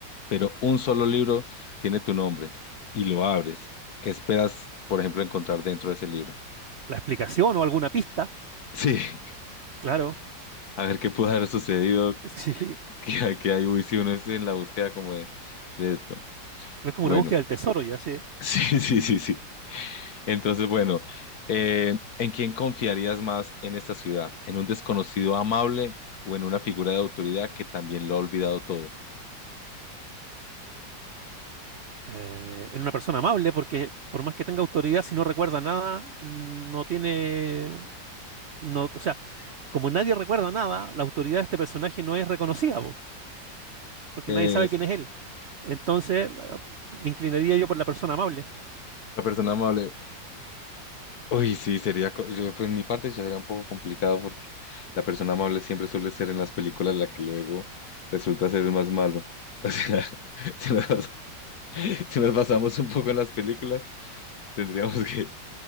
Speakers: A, on the left (about 60°); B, on the right (about 60°).
A: pero un solo libro tiene tu nombre y lo abres. ¿Qué esperas, por ejemplo, encontrar dentro de ese libro?
B: La explicación o alguna pista,
A: Sí, <laughs>
B: claro.
A: a ver qué pudo haber sucedido,
B: <laughs> Sí,
A: <laughs> que, hay- que hay, uy, si uno es en la búsqueda como de, de esto.
B: es como
A: Bueno,
B: una búsqueda del tesoro ya, sí.
A: <laughs> sí, sí, sí, sí. Entonces, bueno, eh, ¿en quién confiarías más en esta ciudad? ¿En un desconocido amable o en una figura de autoridad que también lo ha olvidado todo?
B: Eh, en una persona amable, porque por más que tenga autoridad, si no recuerda nada, mm, no tiene... No, o sea, como nadie recuerda nada, la autoridad de este personaje no es reconocida, po, porque
A: Es
B: nadie sabe quién es él. Entonces, ah, me inclinaría yo por la persona amable.
A: la persona amable. Uy, sí, sería, co- yo, pues, en mi parte ya sería un poco complicado porque la persona amable siempre suele ser en las películas la que luego resulta ser el más malo. O sea, <laughs> si nos, bas- si nos basamos un poco en las películas, tendríamos que...